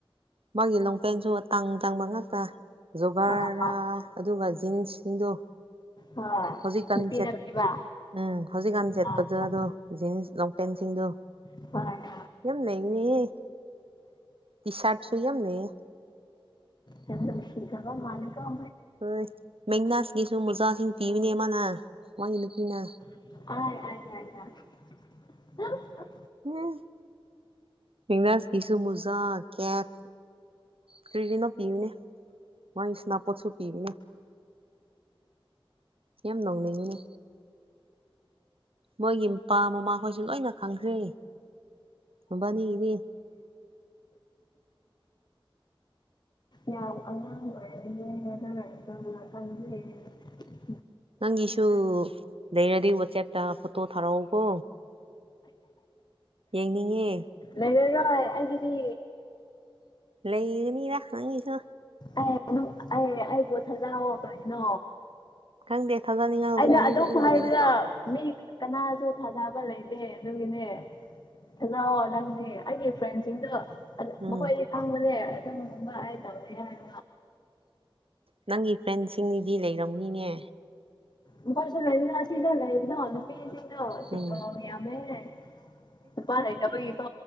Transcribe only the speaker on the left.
ꯑꯥ ꯑꯥ
ꯍꯣꯏ
ꯅꯨꯄꯤ
ꯅꯠꯇꯦꯕ
ꯈꯪꯕꯅꯦ
<unintelligible>
ꯌꯥꯝ ꯅꯨꯡꯁꯤꯈ꯭ꯔꯕ ꯃꯥꯜꯂ‌ꯦꯀ‌ꯣ
<unintelligible>
ꯌꯝ ꯑꯉꯥꯡ ꯑꯣꯏꯔꯗꯤꯅꯦ ꯍꯥꯏꯗꯅ ꯇꯅ ꯈꯪꯖꯩꯦ <inaudible>
ꯂꯩꯔꯔꯣꯏ ꯑꯩꯒꯤꯗꯤ
ꯑꯥ ꯑꯩꯕꯨ ꯊꯖꯥꯎꯑꯣ ꯀꯔꯤꯅꯣ
ꯑꯩꯅ ꯑꯗꯨꯝ
ꯍꯥꯏꯕꯗ ꯃꯤ ꯀꯅꯥꯁꯨ ꯊꯥꯖꯕ ꯂꯩꯇꯦ ꯑꯗꯨꯒꯤꯅꯦ ꯊꯥꯖꯧꯋ‌ꯣ ꯅꯪꯗꯤ ꯑꯩꯒꯤ ꯐ꯭ꯔꯦꯟꯁꯤꯡꯗꯣ ꯑꯗ‌ꯣ
ꯃꯈꯣꯏꯗꯤ ꯈꯪꯕꯅꯦ ꯑꯗꯨꯝꯒꯨꯝꯕ ꯍꯥꯏ ꯇꯧꯋ‌ꯦ <unintelligible>
ꯃꯈ‌ꯣꯏꯁꯨ ꯂꯩꯕꯗ‌ꯣ ꯑꯁꯤꯗ ꯂꯩꯕꯗ‌ꯣ ꯅꯨꯄꯤꯁꯤꯡ <unintelligible> ꯆꯤꯡꯕꯥꯎ
ꯌꯥꯝꯃꯦ ꯅꯨꯨꯄꯥ ꯂꯩꯇꯕꯒꯤꯀꯣ